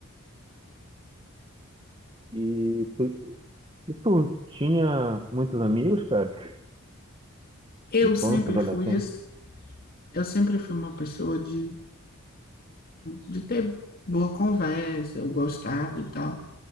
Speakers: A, on the right; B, on the left.
A: E tu, e tu tinha muitos amigos, cara?
B: Eu
A: Infância,
B: sempre
A: adolescência?
B: fui, esse- eu sempre fui uma pessoa de, de ter boa conversa, eu gostava e tal.